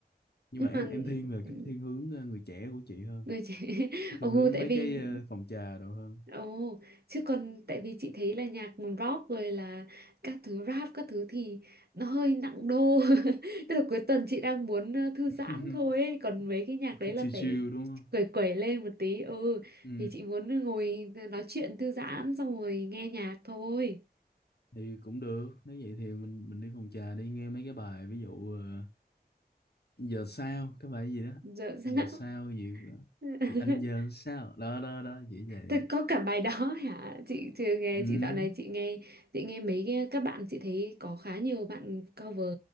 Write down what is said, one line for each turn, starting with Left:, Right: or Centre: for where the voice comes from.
Left: nhưng
Right: Nhưng
Left: mà em
Right: mà
Left: em thiên về cái
Right: ừ.
Left: thiên hướng ờ, người trẻ của chị hơn
Right: người trẻ <laughs>
Left: cái
Right: Ồ,
Left: thiên hướng
Right: tại
Left: mấy
Right: vì
Left: cái ờ, phòng trà đồ hơn
Right: Ồ, chứ còn tại vì chị thấy là nhạc rock rồi là các thứ rap các thứ thì nó hơi nặng đô. <laughs> Tức là cuối tuần chị đang muốn ờ, thư giãn
Left: <laughs>
Right: thôi ấy. Còn mấy cái nhạc đấy
Left: thứ
Right: là
Left: chill
Right: phải
Left: chill đúng không
Right: quẩy quẩy lên một tí. Ừ,
Left: Ừ,
Right: thì chị muốn ngồi nói chuyện thư giãn xong rồi nghe nhạc thôi.
Left: thì cũng được nếu vậy thì mình mình đi phòng trà đi nghe mấy cái bài ví dụ ờ, giờ sao cái bài gì đó
Right: Dạ,
Left: giờ
Right: dạ.
Left: sao gì,
Right: <laughs>
Left: gì anh giờ sao đó đó đó chỉ vậy
Right: Thật có cả bài đó hả? Chị chưa nghe,
Left: ừ
Right: chị dạo này chị nghe chị nghe mấy cái các bạn chị thấy có khá nhiều bạn cover